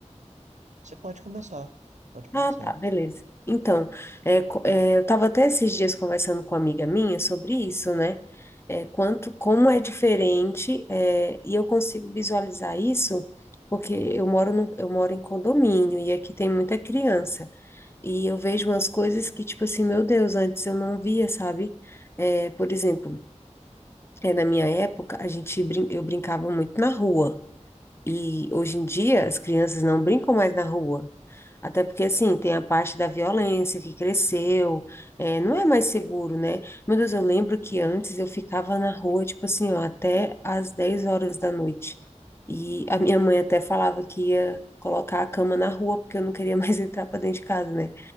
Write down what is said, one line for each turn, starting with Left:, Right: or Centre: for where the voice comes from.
Right: você pode começar, pode começar.
Left: Ah, tá, beleza. Então, é, co- é, eu estava até esses dias conversando com uma amiga minha sobre isso, né? É, quanto, como é diferente, é, e eu consigo visualizar isso porque eu moro num- eu moro em condomínio e aqui tem muita criança. E eu vejo umas coisas que, tipo assim, meu Deus, antes eu não via, sabe? É, por exemplo, é, na minha época, a gente brin eu brincava muito na rua. E hoje em dia as crianças não brincam mais na rua. Até porque, assim, tem a parte da violência que cresceu, é, não é mais seguro, né? Meu Deus, eu lembro que antes eu ficava na rua, tipo assim, ó, até às 10 horas da noite. E a minha mãe até falava que ia colocar a cama na rua, porque eu não queria mais <laughs> entrar para dentro de casa, né?